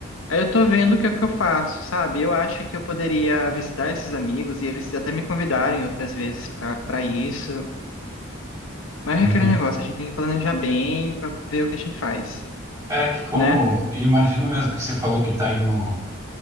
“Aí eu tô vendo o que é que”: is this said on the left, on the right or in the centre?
Left